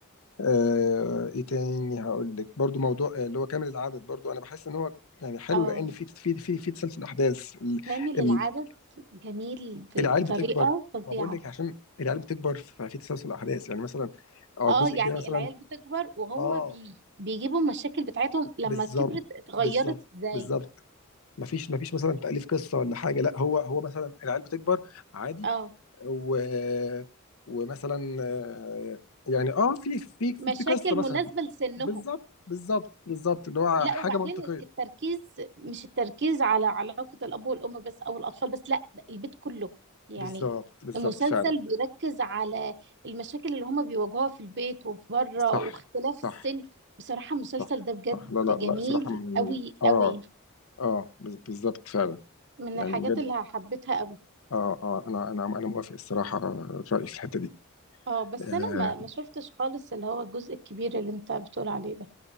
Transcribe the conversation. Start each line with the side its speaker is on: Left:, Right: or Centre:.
Left: آه ايه تاني هقول لك برضو موضوع آه، اللي هو كامل العدد برضو انا بحس ان هو يعني حلو
Right: اه
Left: لان في في في في تسلسل احداث ال-
Right: كامل
Left: ال-
Right: العدد جميل ب-
Left: العيال
Right: بطريقة
Left: بتكبر
Right: فظيعة
Left: ما بقول لك عشان العيال بتكبر ففي تسلسل احداث يعني مثلا اه
Right: اه
Left: الجزء الجاي
Right: يعني
Left: مثلا
Right: العيال بتكبر وهم
Left: اه
Right: بي بيجيبوا المشاكل بتاعتهم لما
Left: بالظبط
Right: كبرت اتغيرت
Left: بالظبط
Right: ازاي
Left: بالظبط مفيش مفيش مثلا تأليف قصة ولا حاجة لا هو هو مثلا العيال بتكبر عادي
Right: اه
Left: و ومثلا آه، يعني اه في في في
Right: مشاكل
Left: في قصة مثلا
Right: مناسبة لسنهم
Left: بالظبط بالظبط بالظبط اللي هو
Right: لا
Left: حاجة
Right: وبعدين
Left: منطقية
Right: التركيز مش التركيز على علاقة الأب والأم بس أو الأطفال بس لا ده البيت كله يعني
Left: بالظبط بالظبط
Right: المسلسل
Left: فعلا
Right: بيركز على المشاكل اللي هما بيواجهوها في البيت وفي بره
Left: صح
Right: واختلاف
Left: صح
Right: السن بصراحة المسلسل
Left: صح
Right: ده بجد
Left: صح لا لا
Right: جميل
Left: لا الصراحة من
Right: قوي
Left: اه
Right: قوي
Left: اه بز- بالظبط فعلا
Right: من
Left: يعني
Right: الحاجات
Left: بجد
Right: اللي حبيتها قوي
Left: اه اه انا انا انا موافق الصراحة الرأي في الحتة دي
Right: اه بس
Left: آه،
Right: انا ما ما شفتش خالص اللي هو الجزء الكبير اللي انت بتقول عليه ده